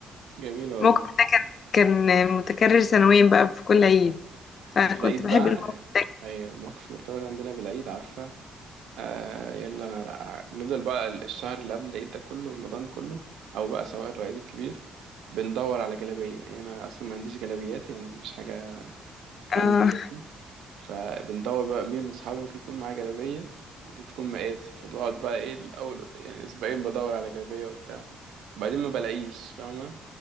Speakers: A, on the right; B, on the left.
A: جميل والله
B: الموقف ده كان كان متكرر سنويا بقى في كل عيد فكنت
A: في العيد
B: بحب
A: بقى
B: الموقف ده جداً.
A: ايوه موقف مرتبط عندنا بالعيد عارفه آه يلا بقى. بنفضل بقى الشهر اللي قبل العيد ده كله رمضان كله او بقى سواء العيد الكبير بندور على جلابيه يعني انا اصلا ما عنديش جلابيات يعني مش حاجه عندي
B: اه
A: يعني. فبندور بقى مين من صحابي ممكن يكون معاه جلابية تكون مقاسي فبقعد بقى ايه الأول يعني أسبوعين بدور على جلابية وبتاع وبعدين ما بلاقيش فاهمة